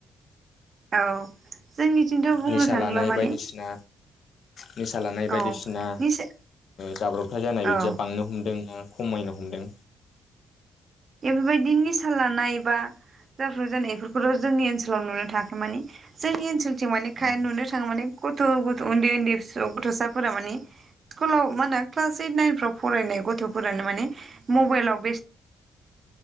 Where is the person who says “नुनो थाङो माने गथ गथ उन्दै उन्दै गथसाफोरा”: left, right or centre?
Right